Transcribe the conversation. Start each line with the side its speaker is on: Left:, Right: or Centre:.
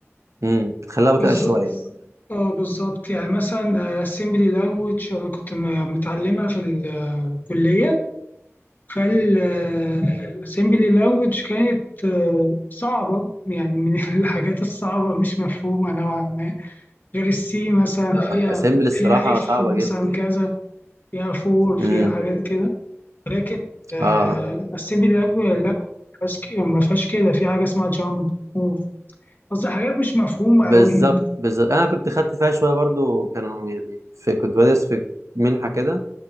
Right: امم بتخليها بطيئه
Left: بالظ-
Right: شويه
Left: اه بالظبط يعني مثلا آه، assembly language انا كنت م- متعلمها في الكلية فال آه، assembly language كانت آه، صعبة يعني من <laughs> الحاجات الصعبة مش مفهومة نوعا ما غير السي مثلا فيها
Right: اسامبل الصراحه
Left: فيها اف
Right: صعبه
Left: مثلا
Right: جدا
Left: كذا فيها فور فيها
Right: امم
Left: حاجات كده لكن آه،
Right: اه
Left: assembly language لا ما فيهاش كده ما فيهاش كده. في حاجة اسمها jump move قصدي حاجات مش مفهومة
Right: بالظبط
Left: أوي يعني.
Right: بالظبط انا كنت خدت فيها شويه برضو كانوا يعني في كنت بدرس في منحه كده